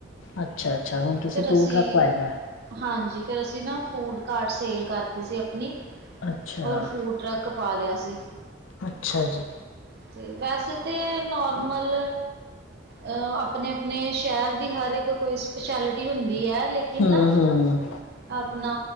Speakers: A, on the left; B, on the right.
A: ਅੱਛਾ - ਅੱਛਾ ਹੁਣ ਤੁਸੀਂ
B: ਫਿਰ
A: ਫੂਟ
B: ਅਸੀਂ
A: ਟਰੱਕ ਪਾਇਆ ਦ।
B: ਹਾਂਜੀ ਫਿਰ ਅਸੀਂ ਨਾ ਫੂਡ ਕਾਰਟ ਸੇਲ ਕਰਤੀ ਸੀ ਆਪਣੀ
A: ਅੱਛਾ
B: ਔਰ ਫੂਡ ਟਰੱਕ ਪਾ ਲੇਆ ਸੀ।
A: ਅੱਛਾ ਜੀ।
B: ਅਤੇ ਵੈਸੇ ਤੇ ਨੋਰਮਲ ਅ ਆਪਣੇ-ਆਪਣੇ ਸ਼ੈਰ ਦੀ ਹਰ ਇੱਕ ਕੋਈ ਸ਼ਪਸੈਲਟੀ ਹੁੰਦੀ ਆ ਲੇਕਿਨ
A: ਹੂੰ
B: ਨਾ
A: -ਹੂੰ।
B: ਆਪਣਾ